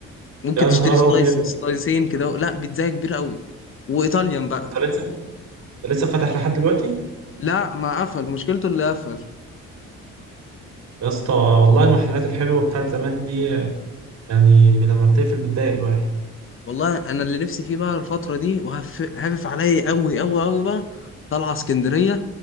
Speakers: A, on the left; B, on the right.
A: ممكن
B: يا
A: تشتري
B: نهار
A: سلايس
B: ابيض
A: سلايسين كده لا بيتزا كبيره قوي وايطاليان بقى
B: انت لسه انت لسه فاتح لحد دلوقتي
A: لا ما قفل مشكلته اللي قفل
B: يا اسطى والله المحلات الحلوه بتاعت زمان دي يعني لما بتقفل بتضايق الواحد
A: والله انا اللي نفسي فيه بقى الفتره دي وهفف عليا قوي قوي قوي بقى طالعه اسكندريه